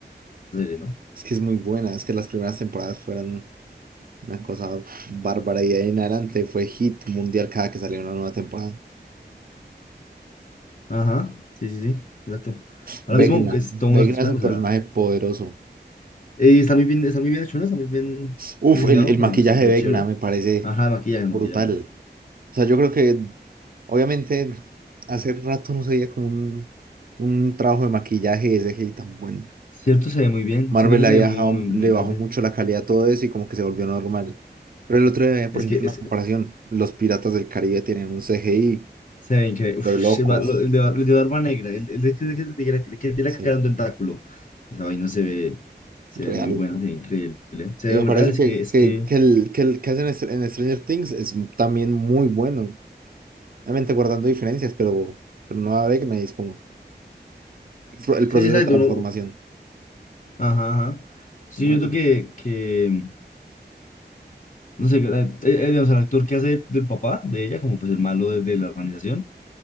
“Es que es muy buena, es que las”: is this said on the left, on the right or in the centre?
Right